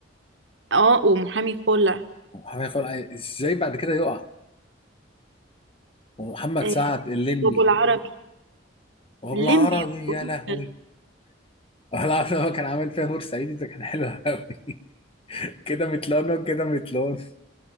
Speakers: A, on the right (about 65°); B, on the left (about 30°).
A: اه ومحامي خلع
B: ومحمد خلق ازاي بعد كده يقع ومحمد
A: آه،
B: سعد الليمبي
A: وابو العربي
B: وبالعربي
A: ليمبي وبوحة.
B: يا لهوي <laughs> العربي هو كان عامل فيها بورسعيدي ده كان حلو قوي <laughs> كده متلون وكده متلون